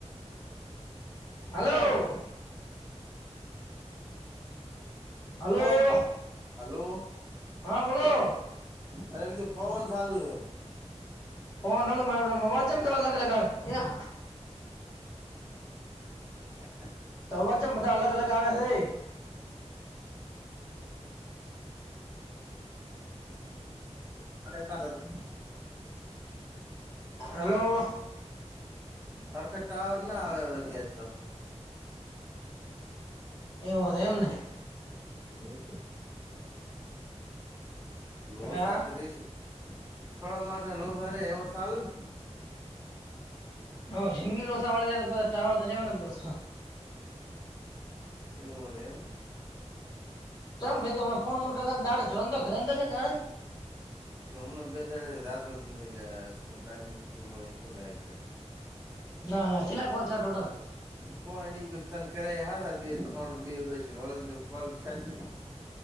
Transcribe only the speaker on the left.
હલોો હલોો
હા બોલો
ફોન હ મારે અવાજમ તો અલગ લગાવેા
તોવાચમ બધા અલગ અલગ આવ્યા છે
હલો.
એવ હતો એમને
હા
હ જિગી દ લોસા વાળે ટાવર ધન્યાવાનંદ દોસા
તોમ ભાઈ તો હમ ફન ફો કર દાે જવા તો ઘરે દાડે.
ના ના તટલા ખોલ છ ટોટલ.